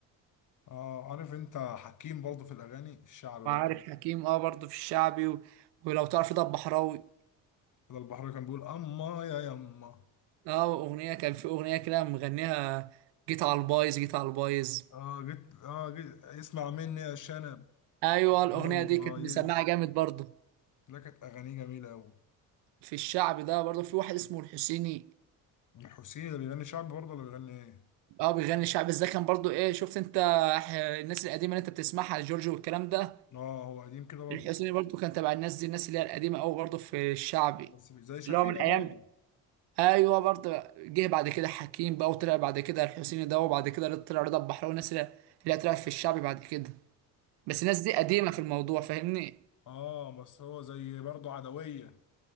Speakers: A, on the left; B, on the right.
A: اه عارف انت حكيم برضه في الاغاني الشعبي برضه
B: وعارف حكيم اه برضو في الشعبي و... ولو تعرف ده بحراوي
A: ده البحر كان بيقول اما يا يما
B: اه اغنيه كان في اغنيه كده مغنيها جيت على البايظ جيت على البايظ
A: اه جيت اه جيت اسمع مني يا شنب
B: ايوه الاغنيه
A: البايظ
B: دي كانت مسمعه جامد برضو
A: لا كانت اغانيه جميله قوي
B: في الشعب ده برضو في واحد اسمه الحسيني
A: الحسين اللي بيغني شعبي برضه اللي بيغني ايه
B: اه بيغني شعبي ازاي كان برضو ايه شفت انت ح- الناس القديمه اللي انت بتسمعها جورج والكلام ده
A: اه هو قديم كده برضه
B: الحسيني برضو كان تبع الناس دي الناس اللي هي القديمه قوي برضو في الشعبي
A: بس مش زي شفيقة
B: اللي هو من
A: برضه
B: ايام ايوه برضو جه بعد كده حكيم بقى وطلع بعد كده الحسيني ده وبعد كده طلع رضا البحراوي والناس اللي اللي طلعت في الشعبي بعد كده بس الناس دي قديمه في الموضوع فاهمني
A: اه بس هو زي برضه عدوية